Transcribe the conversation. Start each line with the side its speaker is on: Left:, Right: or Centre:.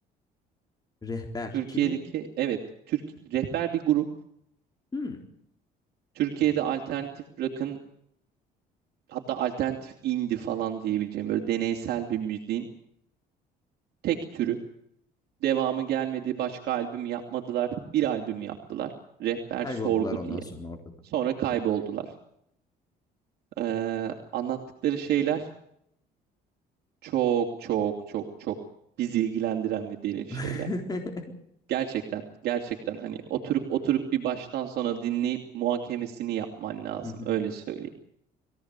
Left: Rehber
Right: Türkiye'deki
Left: kimin?
Right: evet. Türk, rehber bir grup.
Left: Hmm,
Right: Türkiye'de alternatif rock'ın hatta alternatif indie falan diyebileceğim böyle deneysel bir müziğin tek türü. Devamı gelmedi, başka albüm yapmadılar. Bir albüm yaptılar. Rehber
Left: kayboldular
Right: Sorgu
Left: ondan
Right: diye.
Left: sonra ortada.
Right: Sonra kayboldular. Ee, anlattıkları şeyler çok çok çok çok bizi ilgilendiren ve derin şeyler.
Left: <laughs>
Right: Gerçekten, gerçekten hani oturup oturup bir baştan sona dinleyip muhakemesini yapman lazım.
Left: Hı hı.
Right: Öyle söyleyeyim.